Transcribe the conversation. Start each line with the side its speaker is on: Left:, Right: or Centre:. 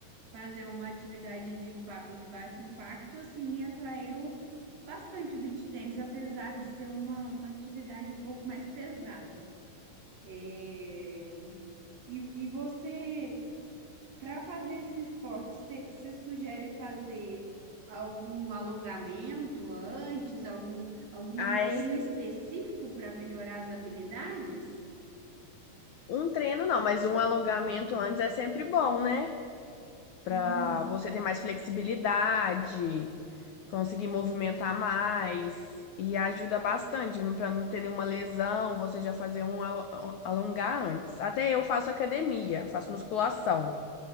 Right: fazer uma atividade de, ba- de baixo impacto, assim, me atraiu bastante o beach tênis, apesar de ser uma, uma atividade um pouco mais pesada. É, E, e você, para fazer esse esporte, você você sugere fazer Algum alongamento antes, algum, algum
Left: Ah,
Right: treino
Left: é s-
Right: específico para melhorar as habilidades?
Left: um treino não, mas um alongamento antes é sempre bom, né? para
Right: Hum,
Left: você ter mais flexibilidade, conseguir movimentar mais e ajuda bastante para não ter nenhuma lesão, você já fazer um alo- alongar antes. Até eu faço academia, faço musculação.